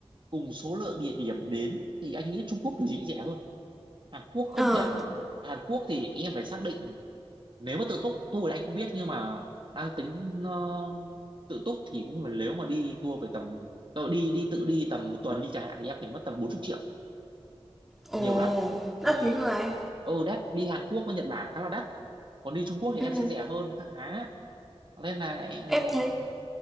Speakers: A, on the right (about 50°); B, in the centre.
A: cùng số lượng địa điểm đến thì anh nghĩ Trung Quốc kiểu gì cũng rẻ hơn Hàn Quốc không
B: Ờ,
A: thể Hàn Quốc thì em phải xác định nếu mà tự túc tour thì anh không biết nhưng mà đang tính ờ, tự túc thì cũng nếu mà đi tour về tầm tự đi đi tự đi tầm một tuần đi chẳng hạn thì em phải mất tầm 40 triệu
B: ồ,
A: nhiều lắm ừ
B: đắt thế rồi anh.
A: ừ đắt đi Hàn Quốc với Nhật Bản khá là đắt còn đi Trung Quốc thì
B: Ừ,
A: em sẽ rẻ hơn khá khá nên là em
B: em thấy